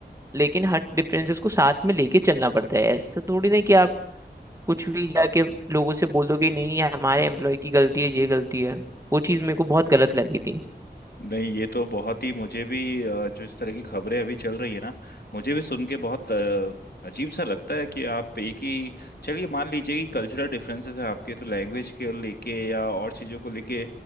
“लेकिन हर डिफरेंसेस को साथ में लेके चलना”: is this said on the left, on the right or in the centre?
Right